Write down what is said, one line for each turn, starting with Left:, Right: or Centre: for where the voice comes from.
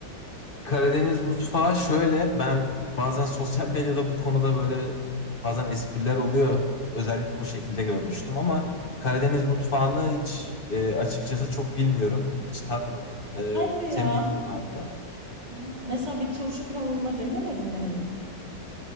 Left: Karadeniz mutfağı şöyle ben bazen sosyal medyada bu konuda böyle bazen espriler oluyor. Özellikle o şekilde görmüştüm ama Karadeniz mutfağını hiç e, açıkçası çok bilmiyorum. Hiç tatmadım. E,
Right: Hadi ya.
Left: senin bilgin var mı?
Right: Aa, mesela bir turşu kavurma denemedin mi henüz?